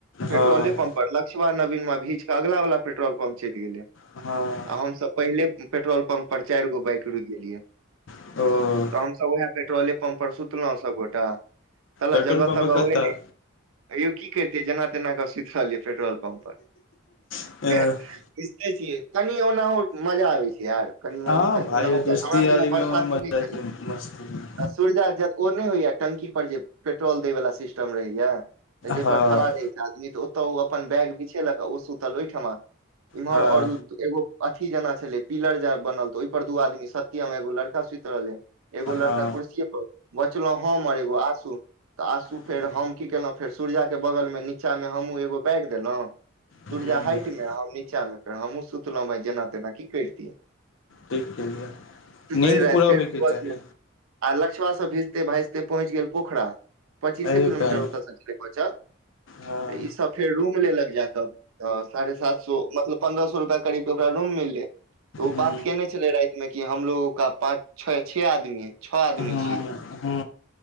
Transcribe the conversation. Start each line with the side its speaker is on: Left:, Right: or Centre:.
Right: पेट्रोले
Left: ह हँ
Right: पम्प पर लक्ष्मा नवीना भीज कऽ अगला वाला पेट्रोल पम्प चैल गेले
Left: हँ
Right: हम सब पहिले पेट्रोल पंप पर चार गो बाइक रुक गेलिये
Left: <unintelligible>
Right: तऽ हम सभ उएह पेट्रोले पम्प पर सुतलहुँं सभ गोटा साला
Left: पेट्रोल
Right: जगह
Left: पम्प
Right: तगह
Left: कतऽ
Right: होइ नहि <inaudible> त्यो की करितेै जेना तेना कऽ सुति रहल यै पेट्रोल पम्प पर <inaudible>
Left: <unintelligible>
Right: बुझिते छियै कनि ओनाहु मजा आबै छै यार कनि मनी
Left: हँ
Right: तऽ
Left: भाय
Right: ओना हमरा
Left: दोस्ती यारीमे
Right: सब लग बरशाति
Left: ओहिमे मजा
Right: नै छलै
Left: छै मस्तीमे
Right: <inaudible> सूरजा जल ओ नहि होइया टंकी पर जे पेट्रोल देय वला सिस्टम रहैया तऽ जाहि
Left: हँ
Right: पर खड़ा रहै छै आदमी तऽ ओतऽ ओ अपन बैग बिछेलक ओ सुतल ओहिठमा इम्हर
Left: हँ
Right: और एगो अथी जेना छलै पिलर जे बनल तऽ ओइर पर दू आदमी सत्यम एगो लड़का सुत रहलै एगो
Left: हँ
Right: लड़का कुर्सी पर बचलहुँ हम आर एगो आशू तऽ आशू
Left: हूँ
Right: फेर हम की केलहुँ फेर सुरजा केँ बगल मे नीचा मे हमहुं एगो बैग देलौं
Left: हूँ
Right: सुरजा हाइट मे हम‌ नीचा मे फेर हमहुँ सुतलौं वाइह जेना तेना की करितियै
Left: ठीक
Right: <inaudible>
Left: केलियै नीन्द
Right: भैर राइत
Left: पूरा होयके
Right: फेर बसमे
Left: चाही
Right: <inaudible> आ लक्ष्बा सऽ भिजते भाइजते पहुँच गेल पोखरा पच्चीसे
Left: एहि
Right: किलोमीटर
Left: टाइम
Right: ओतय स छलय बचल
Left: हँ
Right: तऽ ई सब फेर रूम लेलक जाक अ साढ़े सात सौ मतलब पन्द्रह सौ रुपआ करीब ओकरा रूम मिलले ओ
Left: ह
Right: बात केने छलै राइतमे कि हमलोगो का पाँच छै छेह आदमी छअ आदमी
Left: ह
Right: छियै
Left: ह